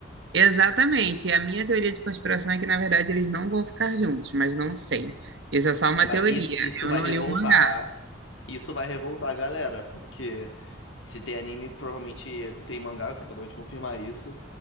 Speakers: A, on the right; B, on the left.
A: Exatamente. E a minha teoria de conspiração é que, na verdade, eles não vão ficar juntos, mas não sei. Isso é só uma
B: Mas
A: teoria.
B: isso, isso
A: Eu
B: vai
A: não
B: revoltar.
A: li o mangá.
B: Isso vai revoltar a galera, porque se tem anime, provavelmente tem mangá, você acabou de confirmar isso.